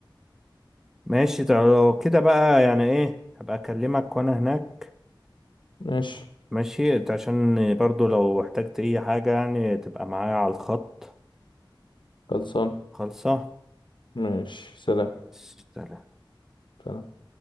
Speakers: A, in the centre; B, on the left (about 70°).
A: ماشي طب لو كده بقى يعني إيه هبقى أكلمك وأنا هناك
B: ماشي
A: ماشي انت عشان برضو لو احتجت اي حاجة يعني تبقى معايا على الخط
B: خلصان
A: خالصة
B: ماشي سلام
A: بس، سلام
B: سلام